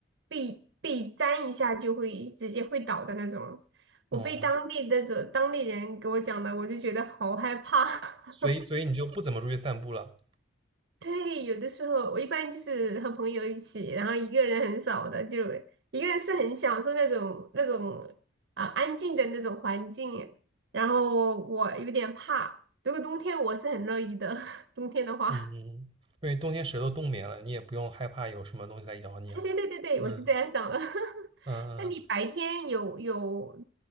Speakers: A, on the right; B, on the right.
A: 被被粘一下就会直接会倒的那种。我被当地的这当地人给我讲的，
B: 哦，
A: 我就觉得好害怕。
B: 所以所以你就不怎么出去散步了，
A: <laughs> 对，有的时候我一般就是和朋友一起，然后一个人很少的，就一个人是很享受那种那种啊、安静的那种环境。然后我有点怕，如果冬天我是很乐意的，<laughs> 冬天的话，
B: 嗯嗯，嗯因为冬天蛇都冬眠了，你也不用害怕有什么东西来咬你了，
A: <laughs> 对对对对对，
B: 嗯
A: 我是这样想的。<laughs>
B: 嗯嗯。
A: 那你白天有有